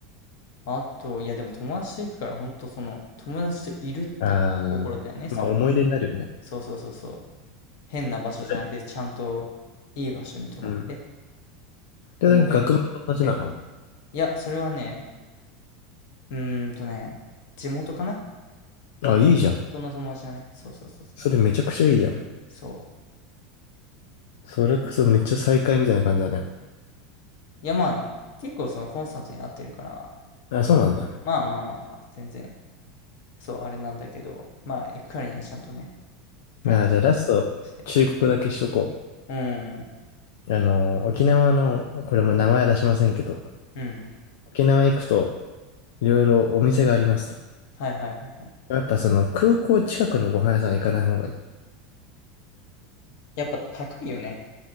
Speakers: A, on the left; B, on the left.
A: あと、いやでも友達と行くから、ほんとその、友達といるっていうところだよね。
B: ああー、
A: その、
B: まあ思い出になるよね。
A: そうそうそうそう。変な場所じゃなくて、
B: それ、
A: ちゃんといい場所に泊まって、
B: うん。で、
A: おもろい場所に行って。
B: なんか学部の友達なの
A: いや、それはね、うーんとね、地元かな
B: あ、いいじゃん。
A: その友達だね。そうそうそうそう。
B: それめちゃくちゃいいじゃん。
A: そう。
B: それこそめっちゃ再会みたいな感じだね。
A: いやまあ、結構そのコンサートに合ってるから、
B: あ、そうなんだ。
A: まあまあまあまあ、全然そう、あれなんだけど、まあ、行くからにはちゃんとね、プラン立て
B: まあー、じゃあラスト、
A: して。
B: 忠告だけしとこ
A: うん、
B: う。あのー、沖縄の、これも名前は出しませんけど、
A: うん。
B: 沖縄行くと、いろいろお店がありますと。
A: はいはいはいはい。
B: やっぱその空港近くのご飯屋さん行かない方がいい。
A: やっぱ高いよね。